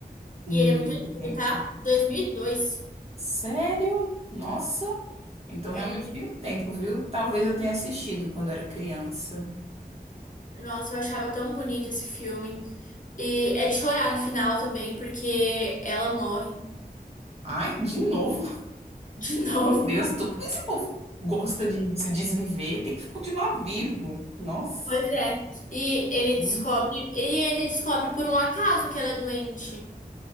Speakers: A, on the right; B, on the left.
A: Muito
B: E ele é muito antigo,
A: tempo.
B: tá? 2002.
A: Sério? Nossa. Então
B: É
A: realmente
B: muito... antigo.
A: tem um tempo, viu? Talvez eu tenha assistido quando era criança.
B: Nossa, eu achava tão bonito esse filme. E é de chorar no final também, porque ela morre
A: Ai, de novo?
B: de
A: <laughs>
B: <laughs>
A: Meu
B: novo.
A: Deus, tô... por que esse povo gosta de se desviver? Tem que continuar vivo. Nossa.
B: Pois é. E ele
A: Hum.
B: descobre, e ele descobre por um acaso que ela é doente,